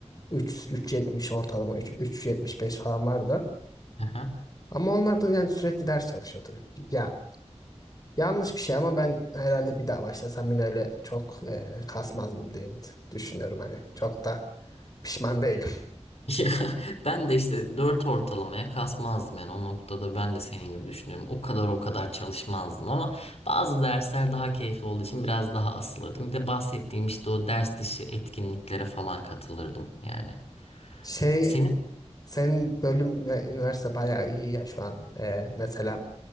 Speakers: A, on the left; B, on the left.
A: 3 3.70 ortalama 3 3.75 falan vardı.
B: Aha. <laughs>
A: Ama onlar da yani sürekli ders çalışıyordu. Ya Yanlış bir şey ama ben herhalde bir daha başlasam yine öyle çok e, kasmazdım diye düşünüyorum hani. Çok da pişman değilim. <laughs>
B: Ya, ben de işte dört ortalamaya kasmazdım yani o noktada ben de senin gibi düşünüyorum o kadar o kadar çalışmazdım ama bazı dersler daha keyifli olduğu için biraz daha asılırdım. Bir de bahsettiğim işte o ders dışı etkinliklere falan katılırdım yani.
A: Şey
B: Senin
A: senin bölüm ve üniversite bayağı iyi ya şu an. E, mesela